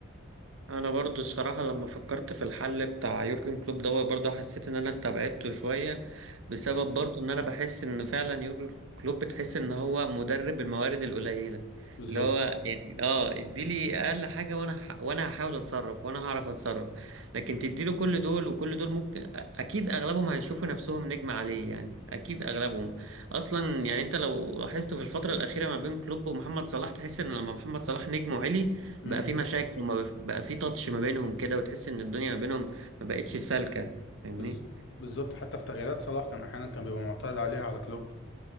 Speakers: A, on the right; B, on the left.
A: انا برضو الصراحه لما فكرت في الحل بتاع يورجن كلوب دوت برضو حسيت ان انا استبعدته شويه بسبب برضو ان انا بحس ان فعلا يورجن كلوب بتحس ان هو مدرب الموارد القليله
B: بالظبط
A: اللي هو يعني اه اديلي اقل حاجه وانا هح- وانا هحاول اتصرف وانا هعرف اتصرف لكن تديله كل دول وكل دول ممكن أ- اكيد اغلبهم هيشوفوا نفسهم نجم عليه يعني اكيد اغلبهم اصلا يعني انت لو لاحظت في الفتره الاخيره ما بين كلوب ومحمد صلاح تحس ان لما محمد صلاح نجمه عالي
B: امم
A: بقى في مشاكل وما بف- بقى في تاتش ما بينهم كده وتحس ان الدنيا ما بينهم ما بقتش سالكة فاهمني
B: بز... بالظبط حتى في تغييرات صلاح كان احيانا كان بيبقى معترض عليها على كلوب